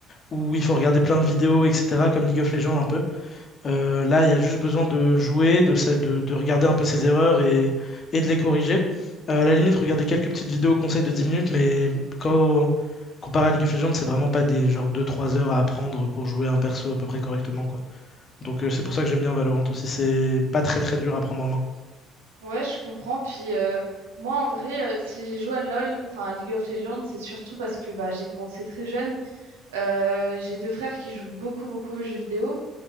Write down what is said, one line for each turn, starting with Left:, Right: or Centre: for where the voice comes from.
Left: où il faut regarder plein de vidéos etc comme League of Legends un peu euh, là, il y a juste besoin de jouer, de, sa- de, de regarder un peu ses erreurs et, et de les corriger. Euh, à la limite, regarder quelques petites vidéos conseils de 10 minutes, mais quand comparé à League of Legends, c'est vraiment pas des genre deux trois heures à apprendre pour jouer un perso à peu près correctement, quoi. Donc euh, c'est pour ça que j'aime bien Valorant aussi, c'est pas très très dur à prendre en main.
Right: Ouais, je comprends. Puis euh, moi, en vrai, euh, si j'ai joué à LoL, enfin à League of Legends, c'est surtout parce que bah, j'ai commencé très jeune. Euh, j'ai deux frères qui jouent beaucoup, beaucoup aux jeux vidéo.